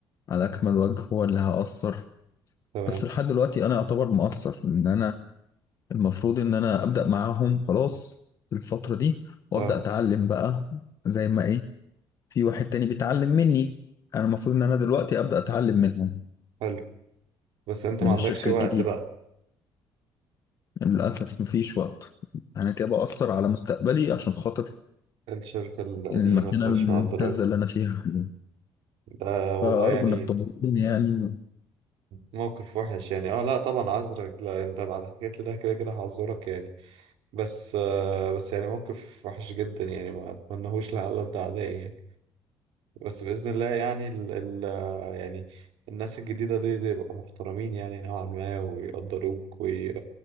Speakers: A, on the left; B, on the right.
A: على اكمل وجه ولا هأثر
B: تمام
A: بس لحد دلوقتي انا اعتبر مقصر ان انا المفروض ان انا ابدا معاهم خلاص في الفتره دي وابدا
B: اه
A: اتعلم بقى زي ما ايه في واحد تاني بيتعلم مني انا المفروض ان انا دلوقتي ابدا اتعلم منهم
B: حلو بس انت
A: من
B: ما
A: الشركه
B: عندكش وقت
A: الجديده
B: بقى
A: للاسف مفيش وقت انا كده باثر على مستقبلي عشان خاطر
B: الشركة القديمة
A: المكانه
B: اللي
A: الممتازه
B: مش مقدراك
A: اللي انا فيها حاليا
B: ده
A: فارجو
B: والله يعني
A: انك تطمني يعني
B: موقف وحش يعني اه لا طبعا عذرك لا انت بعد حكيت لي ده كده كده هعذرك يعني بس آه بس يعني موقف وحش جدا يعني ما اتمنهوش لأعداد أعدائي يعني بس بإذن الله يعني ال ال يعني الناس الجديدة دي دي يبقوا محترمين يعني نوعا ما ويقدروك وي